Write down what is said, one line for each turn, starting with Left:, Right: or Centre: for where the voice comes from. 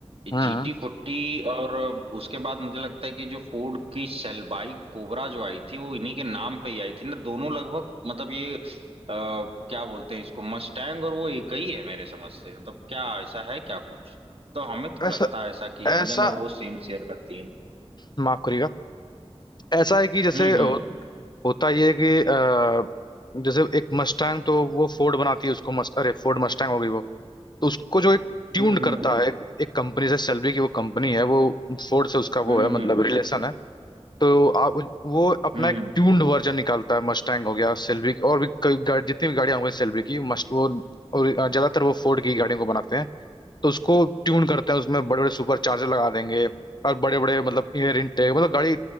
Right: ये
Left: हम्म
Right: जी टी फोर्टी और उसके बाद मुझे लगता है कि जो फोर्ड की सेलबाई कोबरा जो आई थी वो इन्हीं के नाम पे ही आई थी ना दोनों लगभग मतलब ये अ, क्या बोलते हैं इसको मस्टैंग और वो एक ही है मेरे समझ से मतलब क्या ऐसा है क्या कुछ तो हमें तो
Left: ऐसा
Right: लगता है ऐसा कि
Left: ऐसा
Right: इंजन और वो सेम शेयर करती है
Left: माफ करिएगा ऐसा है कि जैसे
Right: हम्म हम्म
Left: होता ये है कि अ, जैसे एक मस्टैंग तो वो फोर्ड बनाती है उसको मस्ट अरे फोर्ड मस्टैंग हो गई वो तो उसको जो एक ट्यून्ड
Right: हम्म
Left: करता है एक कंपनी से सेल्बी की वो कंपनी है वो फोर्ड से उसका
Right: हम्म
Left: वो है मतलब
Right: हम्म
Left: रिलेशन है तो आप वो अपना
Right: हम्म
Left: एक ट्यून्ड वर्जन निकालता है मस्टैंग हो गया सेल्बी और भी कई गा- जितनी भी गाड़ियां हो गई सेल्बी की मस्ट वो और ज्यादातर वो फोर्ड की गाड़ियों को बनाते हैं तो उसको ट्यून करते हैं उसमें बड़े बड़े सुपर चार्जर लगा देंगे और बड़े बड़े मतलब एयर इनटेक मतलब गाड़ी